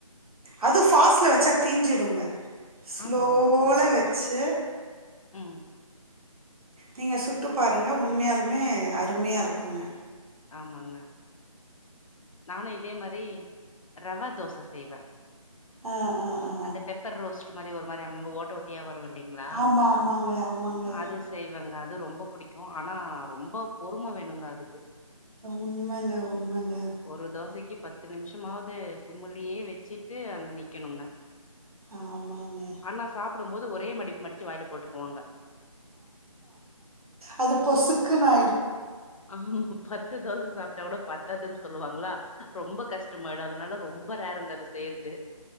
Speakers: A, on the right; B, on the left.
A: அதுவும் ஃபாஸ்டில வச்சா தீஞ்சிடுங்க ஸ்லோல
B: ஆமா ஆமா
A: செ
B: ம்
A: நீங்க சுட்டு பாருங்க உண்மயாலுமே அருமையா இருக்குங்க
B: ஆமாங்க நானும் இதே மாரி ரவா தோச செய்வேன்
A: ஆ, ஆ, ஆ.
B: அந்த பெப்பர் ரோஸ்ட் மாரி ஒரு மாரி அங்கங்க ஓட்ட ஓட்டியா வரும் இல்லங்களா
A: ஆமா, இல்லைங்களா? ஆமாங்க, ஆமாங்க.
B: அது செய்வேங்க அது ரொம்ப பிடிக்கும் ஆனா ரொம்ப பொறுமை வேணுங்க அது <inaudible>
A: உண்மங்க, உண்மங்க.
B: ஒரு தோசைக்கு பத்து நிமிஷமாவது சிம்முலியே வச்சு ட்டு அங்க நிக்கணுங்க
A: ஆமாங்க
B: ஆனா சாப்பிடும்போது ஒரே மடிப்பு மடிச்சு வாயில போட்டுக்குவாங்க.
A: அது பொசக்குனு
B: ஆமா பத்து தோச சாப்பட்டா கூட பத்தாதுன்னு சொல்லுவாங்களா ரொம்ப கஷ்டமாயிடும் அதனால ரொம்ப ரேருங்க அதது செய்யறது